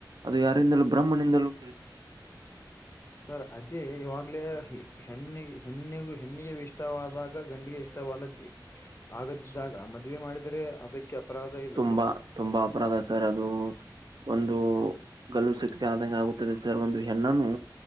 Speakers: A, on the right; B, on the left.
A: ಅದು ಯಾರಿಂದಲೂ ಬ್ರಹ್ಮನಿಂದಲೂ
B: ಸರ್ ಅದೇ ಇವಾಗ್ಲೇ ಹೆಣ್ಣಿಗೆ ಹೆಣ್ಣಿಗೆ ಹೆಣ್ಣಿಗೆ ಇಷ್ಟವಾದಾಗ ಗಂಡಿಗೆ ಇಷ್ಟ ವಲ ಆಗದಿದ್ದಾಗ ಮದುವೆ ಮಾಡಿದರೆ ಅದಕ್ಕೆ ಅಪರಾಧ ಇಲ್ಲವೇ
A: ತುಂಬಾ ತುಂಬಾ ಅಪರಾಧ ಸರ್ ಅದು ಒ ದು ಗಲ್ಲು ಶಿಕ್ಷೆ ಆದಂಗೆ ಆಗುತ್ತದೆ ಸರ್ ಒಂದು ಹೆಣ್ಣನು